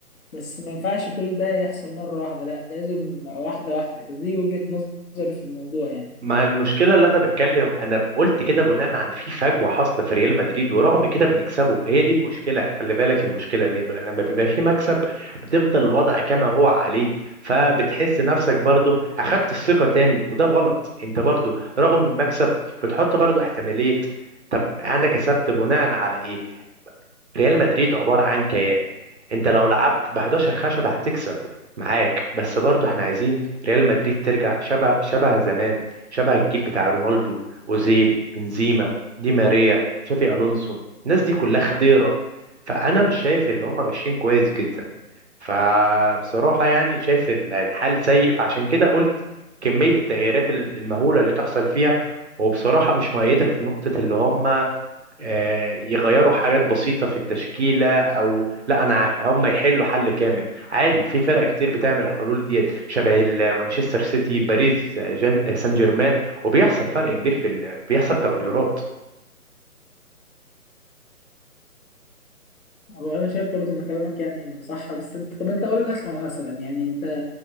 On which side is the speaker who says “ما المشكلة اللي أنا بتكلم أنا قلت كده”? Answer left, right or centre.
Right